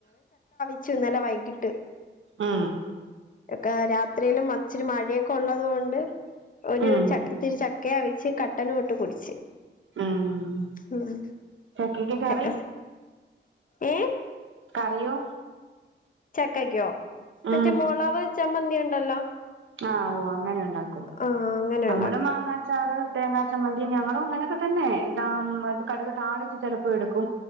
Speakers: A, on the left; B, on the right.
A: ച്ചു ന്നലെ വൈകിട്ട്
B: അ ആ
A: <unintelligible> ത്രേലും മച്ചിരി മഴയൊക്കെ ഉള്ളതു കൊണ്ട് ഒരു
B: ഉം
A: ചട്ടിച്ച് ക്കെവിച്ച് കട്ടനുവിട്ട് കുടിച്ച്
B: മ്മ്
A: ഉം
B: ചക്കക്ക് കറി
A: ചക്ക ഏ
B: കറിയോ
A: ചക്കക്കോ മറ്റ
B: ഉം
A: മൊളവ് ചമ്മന്തി ഉണ്ടല്ലോ
B: ആ ഓ അങ്ങനെ ക്കും
A: ആഹ് അങ്ങനെ
B: നമ്മടെ
A: ഉണ്ടാക്കും
B: മാങ്ങാച്ചാറ് തേങ്ങാ ചമ്മന്തി ഞങ്ങളും അങ്ങനെയൊക്കെ തന്നെ കടുക് താളിച്ച് ചെലപ്പൊ എട്ക്കും